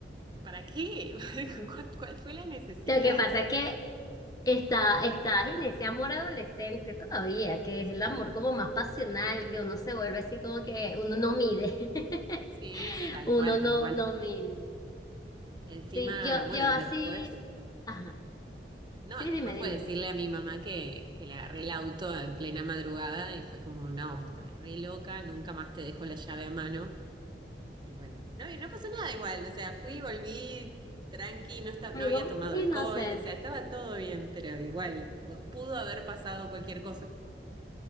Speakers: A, on the right; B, on the left.
A: ¿para qué? <laughs>
B: Lo
A: ¿Cuál, cuál fue la necesidad?
B: que pasa es que está, está en ese amor adolescente todavía, que es el
A: Sí,
B: amor como más pasional, que uno se vuelve así como que uno no mide, <laughs>
A: sí, sí, tal
B: uno
A: cual,
B: no,
A: tal cual.
B: no mide.
A: Encima,
B: Sí, yo,
A: bueno,
B: yo así,
A: después,
B: ajá,
A: no,
B: sí,
A: después
B: dime, dime.
A: fue decirle a mi mamá que, que le agarré el auto en plena madrugada y fue como, no, vos estás re loca, nunca más te dejo la llave a mano. Y bueno, no, no pasó nada igual, o sea, fui, volví tranqui, no, esta- no
B: Algo
A: había tomado
B: inocente.
A: alcohol, o sea, estaba todo bien, pero igual, pu- pudo haber pasado cualquier cosa.